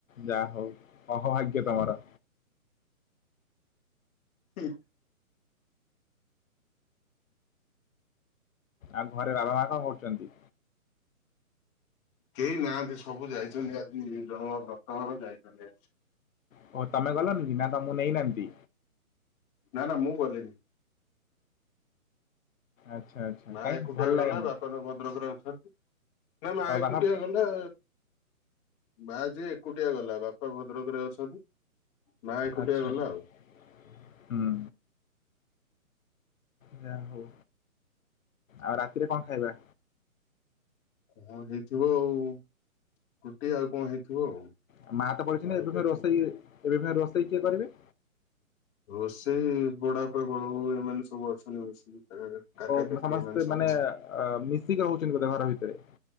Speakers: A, on the left; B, on the left.
A: ଯାହା ହଉ। ଅହଭାଗ୍ୟ ତମର।
B: ହୁଁ।
A: ଆଉ ଘରେ ବାବା ମା କଣ କରୁଚନ୍ତି?
B: କେହି ନାହାନ୍ତି ସବୁ ଯାଇଚନ୍ତି ଆଜି ଜଣକ ବ୍ରତଘର ଯାଇଚନ୍ତି ଆଜି।
A: କଣ ତମେ ଗଲନି କି ନା ତମକୁ ନେଇନାହାନ୍ତି?
B: ନା ନା ମୁଁ ଗଲିନି।
A: ଆଚ୍ଛା।
B: ମା
A: କାଇଁ
B: ଏକୁଟିଆ
A: ଭଲ ଲାଗେନା
B: ଗଲା ବାପା ତ ଭଦ୍ରକରେ ଅଛନ୍ତି। ନା ମା
A: ଆଉ
B: ଏକୁଟିଆ
A: ବାହା
B: ଗଲା। ମା ଯିଏ ଏକୁଟିଆ ଗଲା। ବାପା ଭଦ୍ରକ ରେ ଅଛନ୍ତି। ମା ଏକୁଟିଆ
A: ଆଚ୍ଛା
B: ଗଲା
A: ହୁଁ।
B: ଆଉ
A: ଯାହା ହଉ। ଆଉ ରାତିରେ କଣ ଖାଇବା?
B: କଣ ହେଇଥିବ ଆଉ। ରୁଟି ଆଉ କଣ ହେଇଥିବ ଆଉ।
A: ଆ ମା ତ ପଳେଛନ୍ତି
B: ଆଉ
A: ଏବେ
B: ଦେଖି
A: ରୋଷେଇ ଏବେ ପୁଣି ରୋଷେଇ କିଏ କରିବେ?
B: ରୋଷେଇ ବଡବାପା ବଡ଼ବୋଉ ଏମାନେ ସବୁ ଅଛନ୍ତି ମିଶିକି। <unintelligible>
A: ଓ ସମସ୍ତେ
B: ଏମାନେ ସବୁ
A: ମାନେ
B: ମିଶିକି।
A: ଅ ମିଶିକି ରହୁଛନ୍ତି ବୋଧେ ଘର ଭିତରେ?